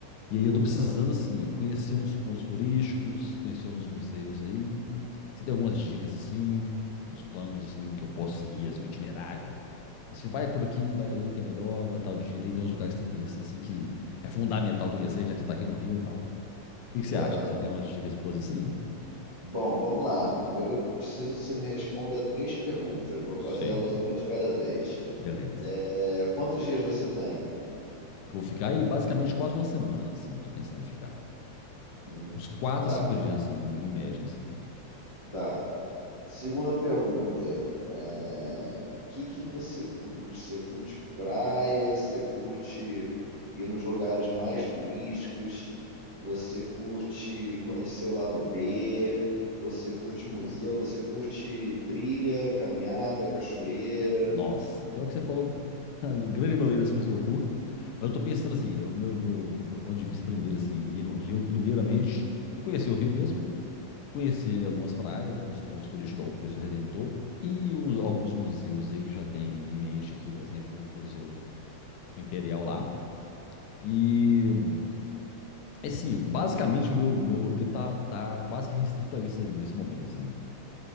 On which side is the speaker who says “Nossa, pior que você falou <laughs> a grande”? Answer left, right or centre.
Left